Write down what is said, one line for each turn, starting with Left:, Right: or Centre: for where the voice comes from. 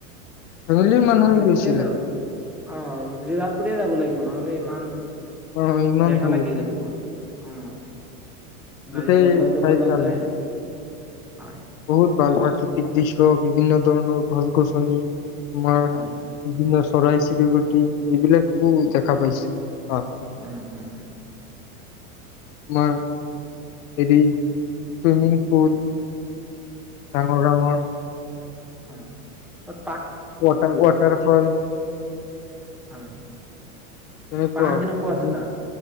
Left: ফেমিলিৰ মানুহে
Centre: ৰিজাৰ্ভ
Left: গৈছিলে
Centre: কৰিয়ে যাব, অ ৰিজাৰ্ভ কৰিয়ে যাব লাগিব ন? নহ'লে ইমান
Left: অ ইমান
Centre: লেঠা
Left: দূৰ
Centre: লাগি যাব। অ',
Left: গোটেই
Centre: গাড়ী বদলাওতে
Left: ঠাই
Centre: বদলাওতে
Left: চালো
Centre: হয়।
Left: বহুত ভাল ভাল প্ৰাকৃতিক দৃশ্য, বিভিন্ন ধৰণৰ গছ গছনি মাৰ <unintelligible>
Centre: হয়
Left: চৰাই চিৰিকটি, এইবিলাকো দেখা পাইছো
Centre: উম উম।
Left: তোমাৰ হেৰি ছুইমিং পুল ডাঙৰ ডাঙৰ
Centre: অঁ, হত
Left: ৱাটাৰ-ৱাটাৰফল।
Centre: হয়।
Left: তেনেকুৱা
Centre: পাহাৰ
Left: <unintelligible>
Centre: কেনেকুৱা আছে তাত?